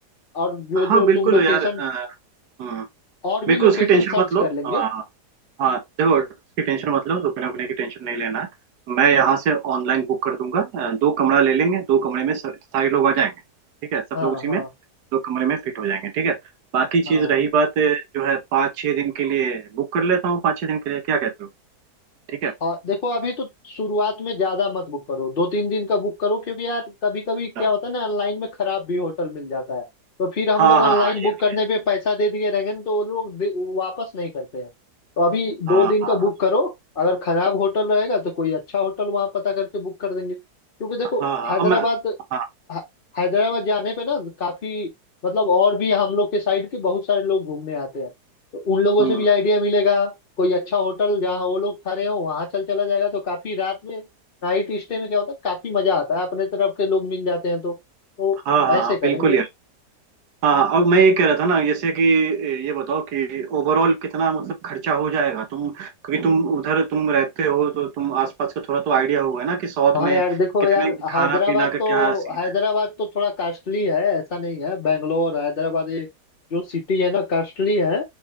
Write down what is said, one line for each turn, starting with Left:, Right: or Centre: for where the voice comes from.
Left: और जो
Right: हाँ
Left: जो
Right: हाँ, बिल्कुल
Left: तुम लोकेशन
Right: यार अ, हम्म,
Left: और भी
Right: बिल्कुल
Left: लोकेशन
Right: उसकी टेंशन
Left: सर्च
Right: मत लो
Left: कर लेंगे
Right: हाँ हाँ देखो उसकी टेंशन मत लो रुकने उकने की टेंशन नहीं लेना है मैं यहाँ से ऑनलाइन बुक कर दूंगा अ, दो कमरा ले लेंगे दो कमरे में स- सारे लोग आ जाएंगे ठीक है सब
Left: हाँ
Right: लोग उसी
Left: हाँ
Right: में दो कमरे में फिट हो जाएंगे ठीक है बाकी चीज
Left: हाँ
Right: रही बात अ, जो है पाँच छः दिन के लिए बुक कर लेता हूँ पाँच छः दिन के लिए क्या कहते हो ठीक है
Left: हाँ देखो अभी तो शुरुआत में ज्यादा मत बुक करो दो तीन दिन का बुक करो क्योंकि यार कभी कभी
Right: अच्छा
Left: क्या होता है ना ऑनलाइन में खराब भी होटल मिल जाता है तो फिर हम
Right: हाँ
Left: लोग ऑनलाइन
Right: हाँ हाँ
Left: बुक
Right: ये भी
Left: करने
Right: है
Left: पे पैसा दे दिए रहेंगे ना तो वो लोग दे- वापस नहीं करते हैं तो अभी दो
Right: हाँ
Left: दिन
Right: हाँ
Left: का बुक करो अगर खराब होटल रहेगा तो कोई अच्छा होटल वहां पता करके बुक कर देंगे क्योंकि देखो
Right: हाँ हाँ हाँ
Left: हैदराबाद
Right: अब मैं हाँ
Left: ह- हैदराबाद जाने पे ना काफी मतलब और भी हम लोग के साइड के बहुत सारे लोग घूमने आते हैं तो उन लोगों
Right: हम्म,
Left: से भी आइडिया मिलेगा कोई अच्छा होटल जहाँ वो लोग ठहरे हो वहां चल चला जाएगा तो काफी रात में नाइट स्टे में क्या होता है काफी मजा आता है अपने तरफ के लोग मिल जाते हैं तो तो
Right: हाँ हाँ
Left: ऐसे
Right: हाँ
Left: करेंगे
Right: बिल्कुल यार हाँ अब मैं ये कह रहा था ना जैसे कि ये बताओ कि ओवरऑल कितना मतलब खर्चा हो जाएगा तुम क्योंकि तुम उधर तुम रहते हो तो तुम आसपास का थोड़ा तो आइडिया होगा ना कि साउथ
Left: हाँ
Right: में
Left: यार देखो
Right: कितने
Left: यार
Right: खाना
Left: हैदराबाद
Right: पीना का
Left: तो
Right: क्या सीन
Left: हैदराबाद
Right: है
Left: तो थोड़ा कास्टली है ऐसा नहीं है बेंगलोर हैदराबाद ये जो सिटी है ना कास्टली है